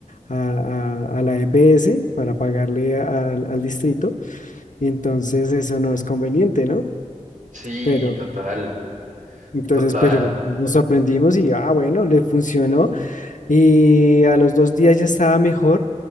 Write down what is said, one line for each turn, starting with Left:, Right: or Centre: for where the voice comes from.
Left: a, a- a la EPS para pagarle a- al al distrito, y entonces eso no es conveniente, ¿no?
Right: Sí,
Left: Pero
Right: total,
Left: entonces,
Right: total.
Left: pero nos aprendimos y, ah, bueno, le funcionó y a los dos días ya estaba mejor